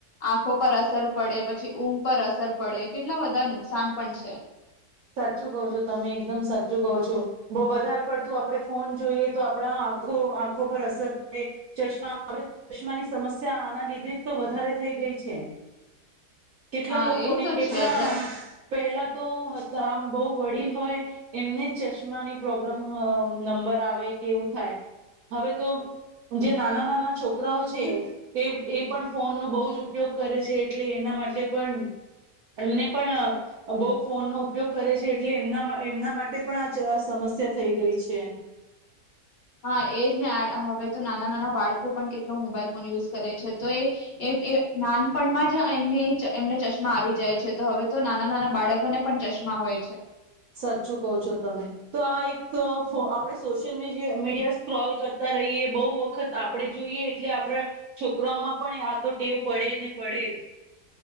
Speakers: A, on the left (about 40°); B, on the right (about 65°).
A: આંખો પર અસર પડે પછી ઊંઘ પર અસર પડે કેટલા બધા નુકસાન પણ છે.
B: સાચું કહો છો તમે એકદમ સાચું કહો છો. બહુ વધારે પડતું આપણે ફોન જોઈએ તો આપણા આંખો આંખો પર અસર પડે ચશ્મા આપણે ચશ્માની સમસ્યા આના લીધે તો વધારે થઈ ગઈ છે. કેટલા
A: હા
B: લોકોને
A: એ તો
B: કેટલા
A: છે જ
B: પહેલા તો આમ બહુ વડીલ હોય એમને જ ચશ્માની પ્રોબ્લેમ નંબર આવે કે એવું થાય હવે તો જે નાના નાના છોકરાઓ છે એ એ પણ ફોનનો બહુ જ ઉપયોગ કરે છે. એટલે એના માટે પણ એમને પણ બહુ ફોનનોો ઉપયોગ કરે છે એટલે એમના એમના માટે પણ આ સમસ્યા થઈ ગઈ છે.
A: હા એજ ને હવે તો નાના નાના બાળકો પણ કેટલો મોબાઈલ ફોન યુઝ કરે છે તો એ નાનપણમાં જ એમની એમને ચશ્મા આવી જાય છે તો હવે તો નાના નાના બાળકોને પણ ચશ્મા હોય છે.
B: સાચું કહો છો તમે તો આ એક તોફો
A: હમ
B: આપણે સોશિયલ મી. મીડિયા સ્ક્રોલ કરતા રહીએ બહુ વખત આપણેે જોઈએ એટલે આપણા છોકરામાં પણ આ તો ટેવ પડે જ ને પડે જ.